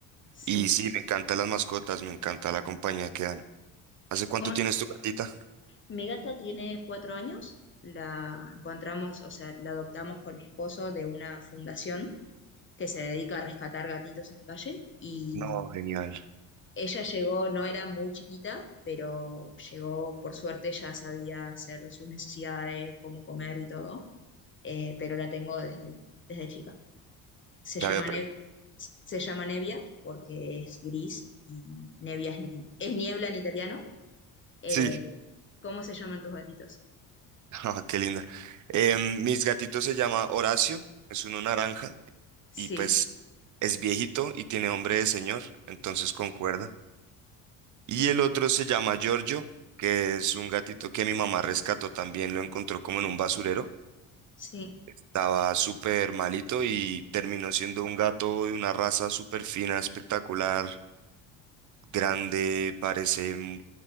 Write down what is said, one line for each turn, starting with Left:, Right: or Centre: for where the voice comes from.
Left: Sí.
Right: y sí, me encantan las mascotas, me encanta la compañía que dan. ¿Hace cuánto
Left: Como,
Right: tienes tu gatita?
Left: mi gata tiene cuatro años, la encontramos, o sea, la adoptamos con mi esposo de una fundación que se dedica a rescatar gatitos en la calle y
Right: No, genial,
Left: ella llegó, no era muy chiquita, pero llegó, por suerte, ya sabía hacer sus necesidades, cómo comer y todo. eh, pero la tengo desde, desde chica. Se
Right: ya
Left: llama,
Right: había... pre-
Left: neb- se llama Nevia porque es gris y Nevia es, es niebla en italiano. Eh,
Right: Sí,
Left: ¿cómo se llaman tus gatitos?
Right: <laughs> ah, qué linda. Em, mis gatitos se llama Horacio, es uno naranja, y
Left: Sí,
Right: pues es viejito y tiene hombre de señor, entonces concuerda. Y el otro se llama Giorgio, que es un gatito que mi mamá rescató también, lo encontró como en un basurero.
Left: sí,
Right: Estaba súper malito y terminó siendo un gato de una raza súper fina, espectacular, grande, parece un,